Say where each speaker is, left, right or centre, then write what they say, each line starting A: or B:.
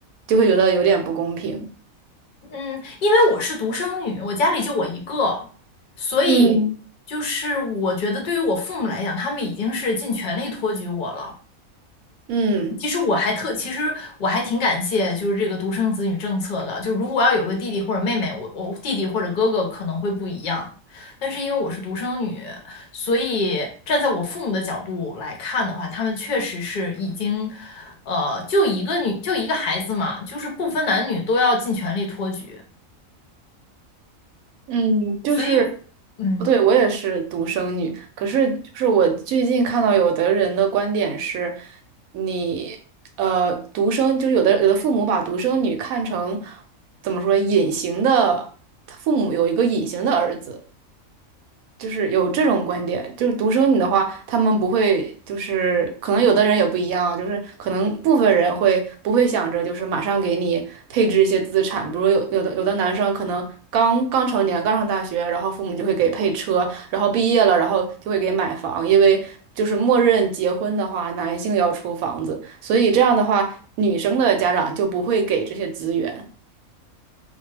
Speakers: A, on the right; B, on the left.
A: 就会觉得有点不公平。
B: 嗯，因为我是独生女，我家里就我一个，所以就是我觉得对于我父母来讲，
A: 嗯
B: 他们已经是尽全力托举我了。
A: 嗯
B: 其实我还特，其实我还挺感谢，就是这个独生子女政策的。就如果要有个弟弟或者妹妹，我我弟弟或者哥哥可能会不一样，但是因为我是独生女，所以站在我父母的角度来看的话，他们确实是已经，呃，就一个女，就一个孩子嘛，就是不分男女都要尽全力托举。
A: 嗯，就是，
B: 所以，嗯。
A: 对，我也是独生女，可是就是我最近看到有的人的观点是，你呃独生就是有的有的父母把独生女看成怎么说隐形的，父母有一个隐形的儿子，就是有这种观点，就是独生女的话，他们不会，就是可能有的人也不一样啊，就是可能部分人会不会想着就是马上给你配置一些资产，比如有有的有的男生可能刚刚成年，刚上大学，然后父母就会给配车，然后毕业了，然后就会给买房，因为就是默认结婚的话，男性要出房子，所以这样的话，女生的家长就不会给这些资源。